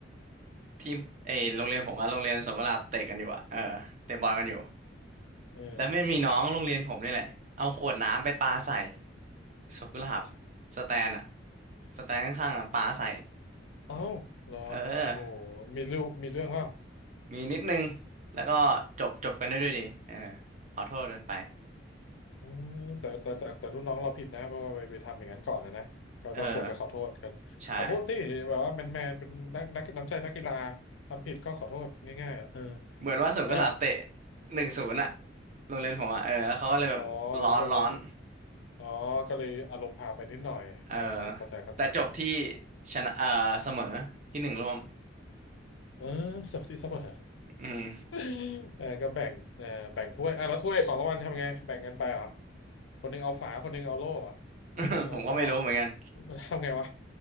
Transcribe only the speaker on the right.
ทีมเออโรงเรียนผมกับโรงเรียนสวนกุหลาบเตะกันอยู่อะเออเตะบอลกันอยู่
แล้วไม่มีน้องโรงเรียนผมนี่แหละเอาขวดน้ำไปปาใส่สวนกุหลาบสแตนอะสแตนข้างๆอะปาใส่
เออ
มีนิดนึงแล้วก็จบจบกันได้ด้วยดีเออขอโทษกันไป
เออใช่
เหมือนว่าสวนกุหลาบเตะ
หนึ่งศูนย์อะโรงเรียนผมอะเออแล้วเขาก็เลยแบบร้อนร้อน
เออแต่จบที่ชนะเออเสมอที่หนึ่งร่วม
อืม
<laughs> ผมก็ไม่รู้เหมือนกัน